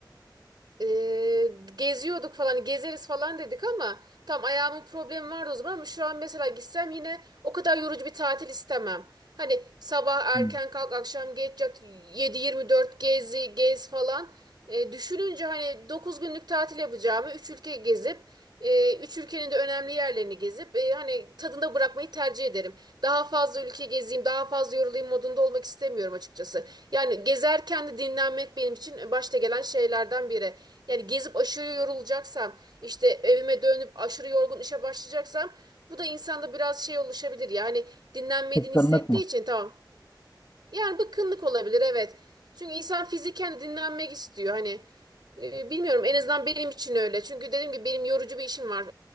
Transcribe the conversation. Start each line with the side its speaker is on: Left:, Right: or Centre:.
Right: Ee, geziyorduk falan gezeriz falan dedik ama tam ayağımın problemi vardı o zaman ama şu an mesela gitsem yine o kadar yorucu bir tatil istemem. Hani sabah erken
Left: Hı.
Right: kalk akşam geç yat yedi yirmi dört gezi gez falan. Ee, düşününce hani 9 günlük tatil yapacağımı 3 ülke gezip e, 3 ülkenin de önemli yerlerini gezip e, hani tadında bırakmayı tercih ederim. Daha fazla ülke gezeyim daha fazla yorulayım modunda olmak istemiyorum açıkçası. Yani gezerken de dinlenmek benim için başta gelen şeylerden biri. Yani gezip aşırı yorulacaksam, işte evime dönüp aşırı yorgun işe başlayacaksam bu da insanda biraz şey oluşabilir. Yani dinlenmediğini
Left: Kıskanmak
Right: hissettiği
Left: mı?
Right: için tamam yani bıkkınlık olabilir evet. Çünkü insan fiziken de dinlenmek istiyor. Hani e, bilmiyorum en azından benim için öyle. Çünkü dediğim gibi benim yorucu bir işim var.